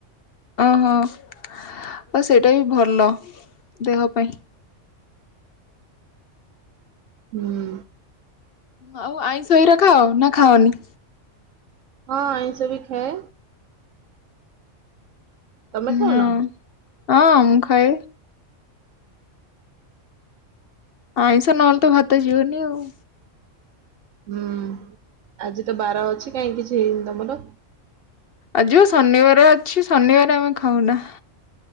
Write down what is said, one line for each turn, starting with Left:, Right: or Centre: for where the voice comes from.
Left: ଓ ହୋ ଆଉ ସେଇଟା ବି ଭଲ ଦେହ ପାଇଁ।
Right: ହୁଁ।
Left: ଆଉ ଆଇଁଷ ଗୁରା ଖାଅ ନା ଖାଅନି?
Right: ହଁ ଆଇଁଷ ବି ଖାଏ। ତମେ ଖାଉନ?
Left: ହଁ ହଁ ମୁଁ ଖାଏ। ଆଇଁଷ ନ ହେଲେ ତ ଭାତ ଯିବନି ଆଉ।
Right: ହୁଁ ଆଜି ତ ବାର ଅଛି କାଇଁ କିିଛି ହେଇନି ତମର?
Left: ଆଜି ବା ଶନିବାର ଅଛି ଶନିବାରେ ଆମେ ଖାଉନା।